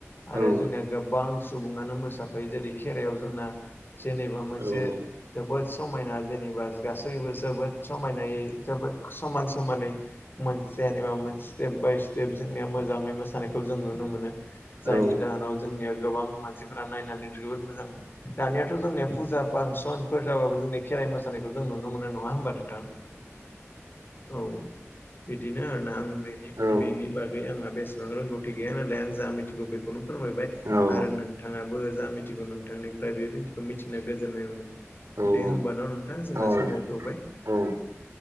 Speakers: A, on the left (about 45°); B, on the right (about 75°).
A: आरो
B: औ
A: जोंना गोबां सुबुङनो मोसाफायो जेरै खेरायाव जोंना जेनेबा मोनसे
B: औ
A: जोबोद समायना जेनेबा गासैबो जोबोद समायनायै जोबोद समान समानै मोनसे जेनेबा मोन स्टेप बाय स्टेप जोंनिया मोजाङै मोसानायखौ जों नुनो मोनो जायनि
B: औ
A: जाहोनाव जोंनिया गोबां मानसिफोरा नायनानै जोबोद मोजां दानियाथ' जोंनिया फुजा फांसनफोर जाबाबो जोंनि खेरा मोसानायखौ जों नुनो मोनो नङा होमबा नोंथां। औ बिदिनो आरोना आं नि
B: औ
A: बेनि बागै आंहा बेसेबां रोंगौथि गैया नालाय आं जा मिथिगौ बेखौनो फोरमायबाय
B: औ
A: आरो नोंथाङाबो जा मिथिगौ नोंथांनिफ्राय बेबायदिखौ मिथिनो गोजोननाय मोनबाय।
B: औ
A: दे
B: औ
A: होमबान' नोंथां जोंना
B: औ
A: समावबो थौबाय।
B: औ